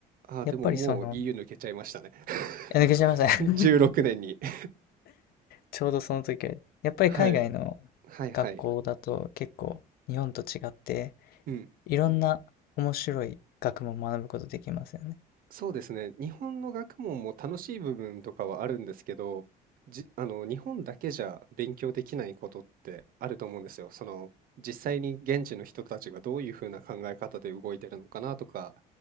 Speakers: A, on the right (about 55°); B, on the left (about 65°).
A: あー、
B: やっぱりその、
A: でももう EU 抜けちゃいましたね。
B: いや、抜けちゃいました。
A: <laughs>
B: <laughs>
A: 16年に。<laughs>
B: ちょうどその時は、やっぱり海外の
A: はい。はいはい。
B: 学校だと結構日本と違って、
A: うん。
B: いろんな面白い学問を学ぶことできますよね。
A: そうですね。日本の学問も楽しい部分とかはあるんですけど、じ、あの、日本だけじゃ勉強できないことってあると思うんですよ。その、実際に現地の人たちがどういうふうな考え方で動いてるのかなとか、